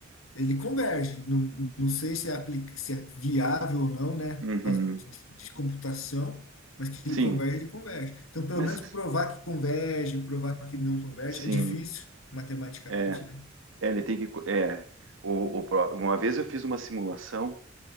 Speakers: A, on the left; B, on the right.
A: ele converge. Não, não sei se é, aplica, se é viável ou não, né,
B: uhum.
A: por causa de, de, de computação, mas que
B: Sim,
A: ele converge, ele converge. Então, pelo
B: mas
A: menos provar que converge, provar que não converge,
B: sim,
A: é difícil matematicamente,
B: é,
A: né?
B: é, ele tem que, co- é, o, o, pró- uma vez eu fiz uma simulação